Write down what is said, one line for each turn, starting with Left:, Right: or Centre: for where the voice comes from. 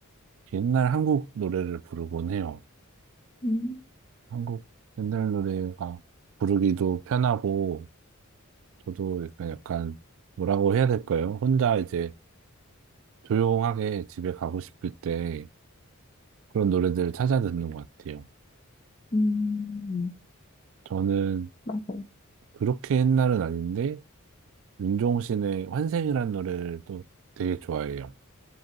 Right: 옛날 한국 노래를 부르곤 해요.
Left: 음,
Right: 한국 옛날 노래가 부르기도 편하고, 저도 약간, 약간, 뭐라고 해야 될까요? 혼자 이제 조용하게 집에 가고 싶을 때 그런 노래들을 찾아 듣는 것 같아요.
Left: 음,
Right: 저는
Left: 맞아요.
Right: 그렇게 옛날은 아닌데, 윤종신의 환생이라는 노래를 또 되게 좋아해요.